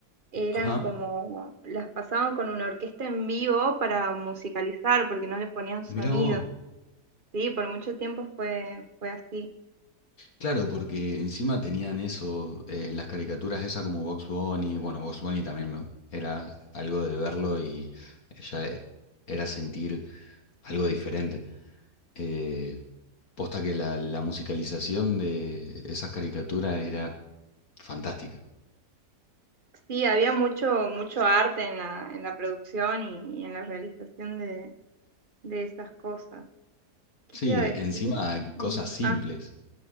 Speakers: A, on the right (about 35°); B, on the left (about 60°).
A: eran
B: Ajá,
A: como, las pasaban con una orquesta en vivo para musicalizar, porque no le ponían sonido.
B: mira vos.
A: Sí, por mucho tiempo fue, fue así.
B: Claro, porque encima tenían eso, eh, las caricaturas esas como Box Bunny, bueno, Box Bunny también me- era algo de verlo y ya e- era sentir algo diferente. Eh, posta que la, la musicalización de esas caricaturas era fantástica.
A: Sí, había mucho, mucho arte en la, en la producción y, y en la realización de, de esas cosas. ¿Qué
B: Sí,
A: te iba a
B: e-
A: decir?
B: encima
A: Mm,
B: cosas simples,
A: Ah,